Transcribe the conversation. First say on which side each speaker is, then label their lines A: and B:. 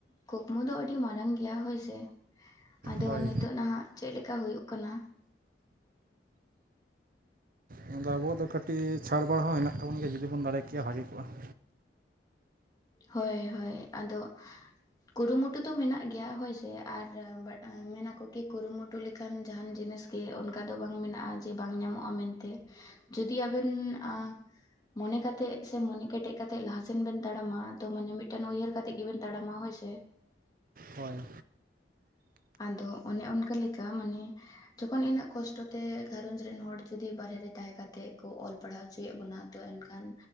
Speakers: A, on the left (about 25°); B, on the right (about 50°).
A: ᱠᱩᱠᱢᱩ ᱫᱚ ᱟᱹᱰᱤ ᱢᱟᱨᱟᱝ ᱜᱮᱭᱟ ᱦᱳᱭ ᱥᱮ ᱾ ᱟᱫᱚ
B: ᱦᱳᱭ
A: ᱱᱤᱛᱳᱜ ᱱᱟᱦᱟᱸᱜ, ᱪᱮᱫᱞᱮᱠᱟ ᱦᱩᱭᱩᱜ ᱠᱟᱱᱟ?
B: ᱢᱮᱱᱫᱚ ᱟᱵᱚᱣᱟᱜ ᱫᱚ ᱠᱟᱹᱴᱤᱡ ᱪᱷᱟᱲ ᱵᱟᱲ ᱦᱚᱸ ᱦᱮᱱᱟᱜ ᱛᱟᱵᱚᱱ ᱜᱮᱭᱟ, ᱡᱩᱫᱤ ᱵᱚᱱ ᱫᱟᱲᱮ ᱠᱮᱭᱟ ᱵᱷᱟᱹᱜᱤ ᱠᱚᱜᱼᱟ ᱾
A: ᱦᱳᱭ, ᱦᱳᱭ ᱟᱫᱚᱼᱼ ᱠᱩᱨᱩᱢᱩᱴᱩ ᱫᱚ ᱢᱮᱱᱟᱜ ᱜᱮᱭᱟ ᱦᱳᱭᱥᱮ ᱟᱨ ᱢᱮᱱ ᱟᱠᱚ ᱠᱤ ᱠᱩᱨᱩᱢᱩᱴᱩ ᱞᱮᱠᱷᱟᱱ ᱡᱟᱦᱟᱱ ᱡᱤᱱᱤᱥᱼᱼ ᱜᱮ ᱚᱱᱠᱟ ᱫᱚ ᱵᱟᱝ ᱢᱮᱱᱟᱜᱼᱟ ᱡᱮ ᱵᱟᱝ ᱧᱟᱢᱚᱜᱼᱟ, ᱢᱮᱱᱛᱮ ᱡᱩᱫᱤ ᱟᱵᱮᱱ ᱟᱸᱼᱼ ᱢᱚᱱᱮ ᱠᱟᱛᱮᱜ ᱥᱮ ᱢᱚᱱᱮ ᱠᱮᱴᱮᱡ ᱠᱟᱛᱮ ᱞᱟᱦᱟᱥᱮᱱ ᱵᱮᱱ ᱛᱟᱲᱟᱢᱟᱼᱼ ᱛᱚ ᱢᱟᱱᱮ ᱢᱤᱫᱴᱮᱱ ᱩᱭᱦᱟᱹᱨ ᱠᱟᱛᱮᱜ ᱜᱮᱵᱮᱱ ᱛᱟᱲᱟᱢᱟ, ᱦᱳᱭ ᱥᱮ?
B: ᱦᱳᱭ ᱾
A: ᱟᱫᱚ, ᱚᱱᱮ ᱚᱱᱠᱟ ᱞᱮᱠᱟ ᱢᱟᱱᱮᱼᱼ ᱡᱚᱠᱷᱚᱱ ᱤᱱᱟᱹᱜ ᱠᱚᱥᱴᱚ ᱛᱮ, ᱜᱷᱟᱨᱚᱧᱡᱽ ᱨᱮᱱ ᱦᱚᱲ ᱡᱚᱫᱤ ᱵᱟᱦᱨᱮ ᱨᱮ ᱛᱟᱦᱮᱸ ᱠᱟᱛᱮᱫ ᱠᱚ ᱚᱞ ᱯᱟᱲᱦᱟᱣ ᱦᱚᱪᱚᱭᱮᱫ ᱵᱚᱱᱟ ᱛᱚ ᱮᱱᱠᱷᱟᱱ,